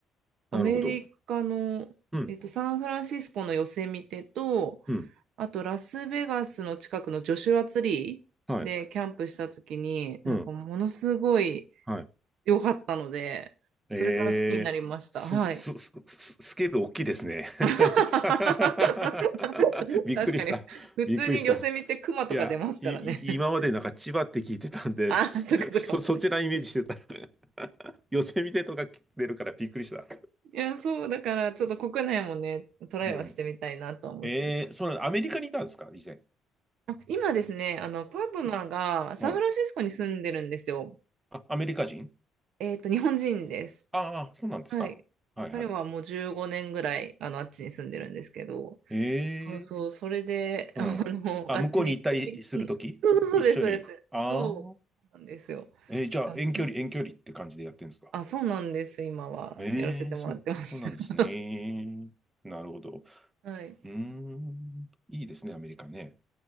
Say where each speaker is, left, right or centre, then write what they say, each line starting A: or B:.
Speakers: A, on the right; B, on the right.
A: アメリカの、
B: なるほど。うん、
A: えっと、サンフランシスコのヨセミテと、
B: うん、
A: あと、ラスベガスの近くのジョシュアツリーでキャンプした時に、
B: はい、
A: なんかものすごい
B: うん、はい。
A: 良かったので、
B: え
A: それから好きになりました。
B: えー、すご、
A: はい。
B: す、す、すスケール大きいですね。
A: <laughs>
B: <laughs> びっくりした。
A: 確かに、普通に寄せ見てクマとか出ますからね。
B: びっくりした。いや、い、い今までなんか千葉って聞いてたんです。
A: <laughs> あ、そっかそっか。
B: そ、<laughs> そちらイメージしてた。<laughs> ヨセミテとか出るからびっくりした。
A: いや、そう、だから、ちょっと国内もね、トライはしてみたいなとは思ってます。
B: うん。ええー、そのアメリカにいたんですか以前。
A: あ、今ですね、あの、パートナーがサンフランシスコに住んでるんですよ。
B: うん。あ、アメリカ人
A: えっと、日本人です。
B: ああ、そうなんですか。
A: はい。
B: はいはい。
A: 彼はもう15年ぐらい、あの、あっちに住んでるんですけど、
B: へ
A: そうそう、
B: え、
A: それで、
B: うん。
A: あの、
B: あ、
A: <laughs> あっちに行くときに、
B: 向こうに行ったりするとき一緒に。
A: そうそうそうです、そうです。
B: ああ、
A: そう、そうなんですよ。
B: えーじゃあ遠距離、
A: 多分
B: 遠距離って感じでやってるんですか。
A: あ、そうなんです、今は、
B: ええ、
A: やらせてもらってます。
B: そう、そうなんですね。
A: <laughs>
B: なるほど。う
A: はい。
B: ーん、いいですね、アメリカね。